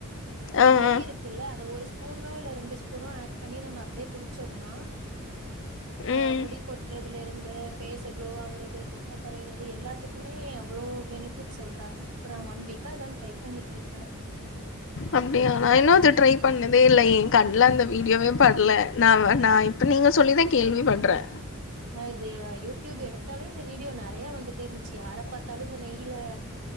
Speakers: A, on the left; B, on the right.
A: ஆ
B: நெய்
A: ஆ
B: இருக்குல்ல அத ஒரு ஸ்பூனோ இல்ல ரெண்டு ஸ்பூனோ ஆட் பண்ணி நம்ம அப்டியே குடிச்சம்னா ஆ
A: ம்
B: முடி கொட்றதுல இருந்து ஃபேஸ க்ளோ ஆகறது தொப்ப கரையறது எல்லாத்துக்குமே அவ்ளோ பெனிஃபிட் சொல்றாங்க அப்றோ ஒன் வீக்கா இதா ட்ரை பண்ணிட்ருக்க
A: அப்யாடி நா இன்னு‌ அத ட்ரை பண்ணதே இல்லயே எ கண்ல அந்த வீடியோவே படல நா நா இப்ப நீங்க சொல்லி தா கேள்வி பட்ற
B: ஆ இது யூடியூப் எடுத்தாலே இந்த வீடியோ நறைய வந்துட்டே இருந்துச்சு யார பாத்தாலு இந்த நெய்ல